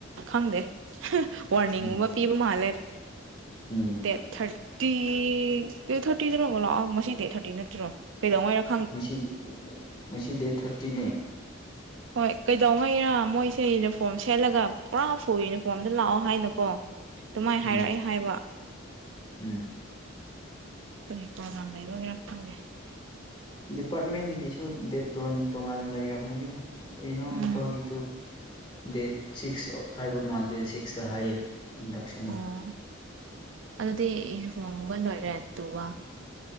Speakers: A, on the right; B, on the left.
A: ꯈꯪꯗꯦ ꯋꯥꯔꯅꯤꯡꯒꯨꯝꯕ
B: ꯎꯝ
A: ꯄꯤ ꯃꯥꯜꯂꯦ
B: ꯎꯝ
A: ꯗꯦꯠ ꯊꯥꯔꯇꯤ ꯗꯦꯠ ꯊꯥꯔꯇꯤꯗ ꯅꯣꯡꯃ ꯂꯥꯛꯑꯣ ꯉꯁꯤ ꯗꯦ ꯊꯔꯇꯤ ꯅꯠꯇ꯭ꯔꯣ ꯀꯩꯗꯧꯉꯩꯔꯛ
B: ꯉꯁꯤ ꯉꯁꯤ ꯗꯦꯠ ꯊꯥꯔꯇꯤꯅꯦ
A: ꯍꯣꯏ ꯀꯩꯗꯧꯉꯩꯔꯥ ꯃꯣꯏꯁꯦ ꯌꯨꯅꯤꯐꯣꯔꯝ ꯁꯦꯠꯂꯒ ꯄꯨꯔꯥꯐꯨ ꯌꯨꯅꯤꯐꯣꯔꯝꯗ ꯂꯥꯛꯑꯣ ꯍꯥꯏꯅꯀꯣ ꯗꯨꯃꯥꯏ
B: ꯎꯝ
A: ꯍꯥꯏꯔꯛ ꯑꯩ ꯍꯥꯏꯕ
B: ꯎꯝ
A: ꯀꯔꯤ ꯄ꯭ꯔꯣꯒ꯭ꯔꯝ ꯂꯩꯕꯒꯤꯔ ꯈꯪꯗꯦ
B: ꯗꯤꯄꯥꯔꯠꯃꯦꯟꯒꯤꯁꯨ ꯗꯦꯠ ꯇꯣꯟ ꯇꯣꯉꯥꯟꯅ ꯂꯩꯔꯝꯒꯅꯤꯗ ꯑꯩ ꯏꯅꯥꯎ
A: ꯎꯝ
B: ꯅꯨꯄꯥꯒꯤꯗꯨ ꯗꯦꯠ ꯁꯤꯛꯁ ꯍꯥꯏꯕ ꯃꯥꯜꯦ ꯗꯦꯠ ꯁꯤꯛꯁꯇ ꯍꯥꯏꯌꯦ ꯏꯟꯗꯛꯁꯟꯗꯣ
A: ꯑꯣ ꯑꯗꯨꯗꯤ ꯏ ꯐꯣꯡꯕ ꯂꯣꯏꯔꯦ ꯇꯨꯕ